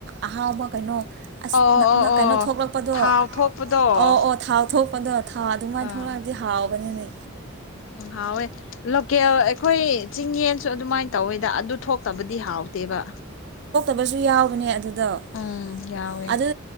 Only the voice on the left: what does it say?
ꯑꯣ
ꯑꯣ
ꯑꯣ
ꯊꯥꯎ ꯊꯣꯛꯄꯗꯣ
ꯑꯥ
ꯎꯝ ꯍꯥꯎꯋꯦ ꯂꯣꯀꯦꯜ ꯑꯩꯈꯣꯏ ꯆꯤꯡꯌꯦꯟꯁꯨ ꯑꯗꯨꯃꯥꯏꯅ ꯇꯧꯋꯦ ꯗ ꯑꯗꯨ ꯊꯣꯛꯇꯕꯗꯤ ꯍꯥꯎꯇꯦꯕ
ꯎꯝ ꯌꯥꯎꯋꯦ